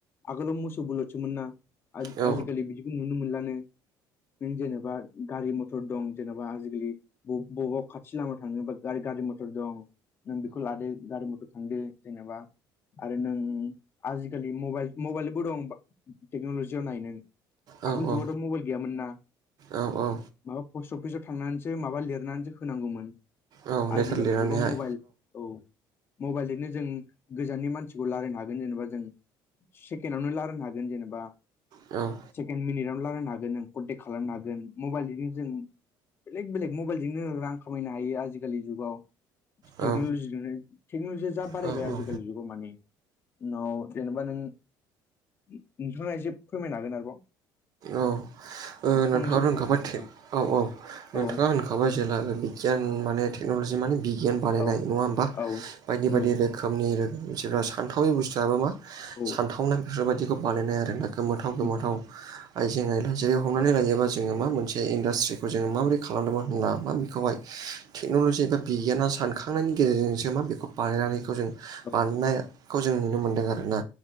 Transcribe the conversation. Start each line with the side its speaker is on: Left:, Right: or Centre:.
Left: आगोलाव मोसौ बलतसोमोन ना
Right: औ
Left: आजि खालि बिदि नुनो मोनलानो नों जेनेबा गारि मटर दं जेनेबा आजिखालि ब बबावबा खाथि लामायाव थाङोबा गा गारि मटर दं नों बेखौ लादो गारि मटर थांदो जेनेबा आरो नों आजिखालि मबाइल मबाइलबो दं टेक्न'लजियाव नाय नों
Right: औ
Left: आगोल जुगावथ' मबाइल गैमोनना
Right: औ औ
Left: माबा पस्ट अफिसाव थांनानैसो माबा लिरनानैसो होनांगौमोन
Right: औ लेटार
Left: आजिखालि
Right: लिरनानैहाय
Left: जुगाव मबाइल औ मबाइलजोंनो जों गोजाननि मानसिखौ रायलायनो हागोन जेनेबा जों सेकेनावनो लारायनो हागोन जेनेबा
Right: औ
Left: सेकेण्ड मिनिट आवनो रायलायनो हागोन नों कन्टेक्ट खालामनो हागोन मबाइलजों जों बेलेग बेलेग मबाइलजोंनो रां खामायनो हायो आजिखालि जुगाव टेक्नलजिनो
Right: औ
Left: टेक्नलजिया जा बारायबाय
Right: औ
Left: आजिखालि
Right: औ
Left: जुगाव माने उनाव जेनेबा नों नोंथाङा एसे फोरमायनो हागोन आरोबाव
Right: औ नोंथाङा
Left: फंनैसो
Right: होनखाबाय
Left: बाथ्रा बुंनो
Right: थे औ औ नोंथाङा
Left: औ
Right: होनखा बाय जेला बिगियान माने टेकनलजि माने बिगियान बानायनाय
Left: औ
Right: नङा होमबा
Left: औ
Right: बायदि बायदि
Left: औ
Right: रो खोमनि जोंना सानथावि बुस्थुआबो मा
Left: औ
Right: सानथावना बेफोरबायाददिखौ बानायनाय आरोना गोमोथाव
Left: नंगौ
Right: गोमोथाव आइजें आइला जेरै हमनानै लायोबा जोङो मा मोनसे इन्डास्ट्रिखौ जोङो माबोरै खालामदोंमोन होनना मा बेखौहाय टेक्नलजि एबा बिगियाना सानखांनायनि गेजेरजोंसो मा बेखौ बानायनानै बेखौ जों
Left: औ
Right: बानायनायखौ
Left: उम
Right: जों नुनो मोनदों आरोना